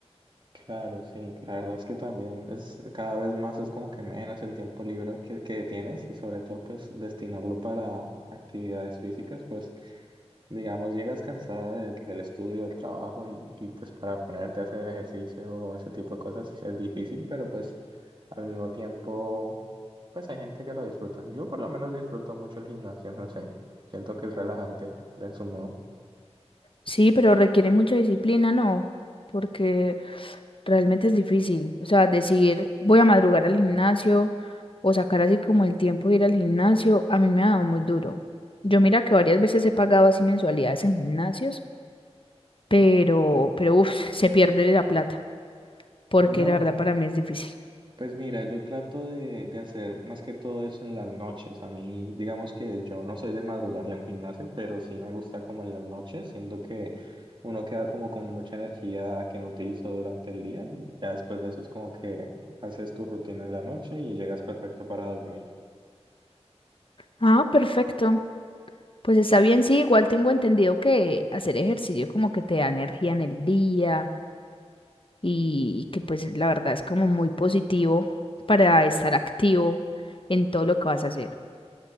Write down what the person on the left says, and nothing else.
Sí, pero requiere mucha disciplina, ¿no? Porque realmente es difícil. O sea, decir, voy a madrugar al gimnasio o sacar así como el tiempo de ir al gimnasio, a mí me ha dado muy duro. Yo mira que varias veces he pagado así mensualidades en gimnasios, pero, pero uf, <laughs> se pierde la plata, porque
la verdad para mí es difícil.
Ah, perfecto. Pues está bien, sí, igual tengo entendido que hacer ejercicio como que te da energía en el día y, y que pues la verdad es como muy positivo para estar activo en todo lo que vas a hacer.